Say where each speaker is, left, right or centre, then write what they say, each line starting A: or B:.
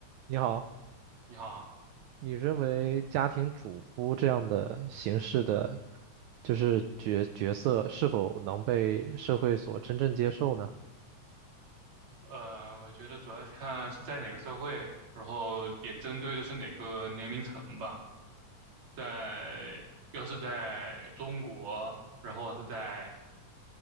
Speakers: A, on the right; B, on the right.
A: 你好，
B: 你好，
A: 你认为家庭主夫这样的形式的，就是角角色是否能被社会所真正接受呢？
B: 呃，我觉得主要是看是在哪个社会，然后也针对的是哪个年龄层吧。在，要是在中国，然后是在